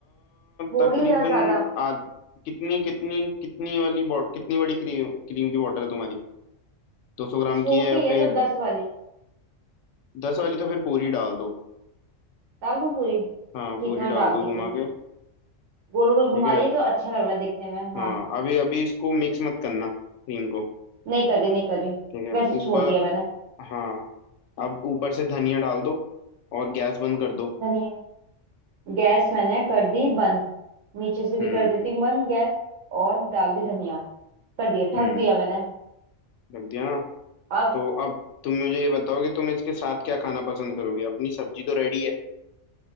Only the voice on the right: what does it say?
थोड़ी
या ज्यादा
छोटी
है जो दस वाली
डाल दूं पूरी
ठीक है मैं
डाल
दी
पूरी
गोल गोल
घुमाइए
तो अच्छा लग रहा है दिखने में हाँ
नहीं कर रही नहीं कर रही
वैसे
छोड़ दिया मैंने
धनिया गैस मैंने कर दी बंद नीचे से भी
कर देती हूँ बंद गैस और डाल दी धनिया कर दिया
ढक दिया मैंने
अब